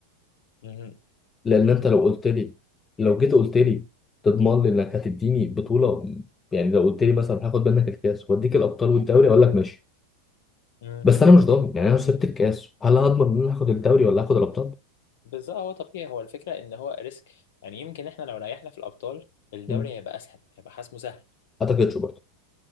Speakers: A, on the left (about 55°); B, on the left (about 20°).
A: أم،
B: لان انت لو قلت لي لو جيت قلت لي تضمن لي انك هتديني بطوله يعني لو قلت لي مثلا هاخد منك الكاس واديك الابطال والدوري اقول لك ماشي
A: أم.
B: بس انا مش ضامن يعني انا لو سبت الكاس هل هضمن ان انا هاخد الدوري ولا هاخد الابطال؟
A: بالظبط هو طبيعي هو الفكرة ان هو ريسك يعني يمكن احنا لو ريحنا في الابطال الدوري
B: ما
A: هيبقى اسهل هيبقى حسمه سهل
B: اعتقدش برضه